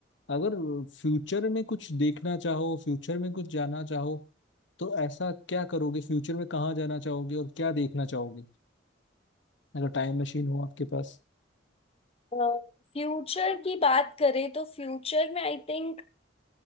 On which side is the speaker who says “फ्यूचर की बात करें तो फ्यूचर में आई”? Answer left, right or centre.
Left